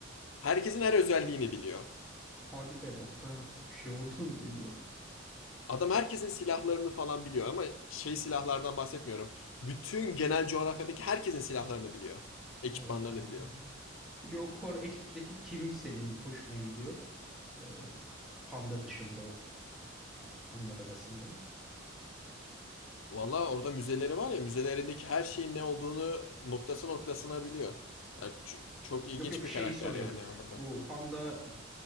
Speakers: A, on the left; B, in the centre.
A: Herkesin her özelliğini biliyor.
B: Hadi be o kadar şey olduğunu <laughs> bilmiyordum.
A: Adam herkesin silahlarını falan biliyor ama şey silahlardan bahsetmiyorum. Bütün genel coğrafyadaki herkesin silahlarını biliyor. Ekipmanlarını
B: Oha.
A: biliyor.
B: Peki o kor ekipteki kim senin hoşuna gidiyor? Ee, Panda dışında o, a- onlar arasında.
A: Valla orada müzeleri var ya müzelerindeki her şeyin ne olduğunu noktası noktasına biliyor. Yani ç- çok ilginç
B: Yok yok
A: bir
B: şeyi
A: karakter
B: soruyorum.
A: yani anlamda.
B: Bu Panda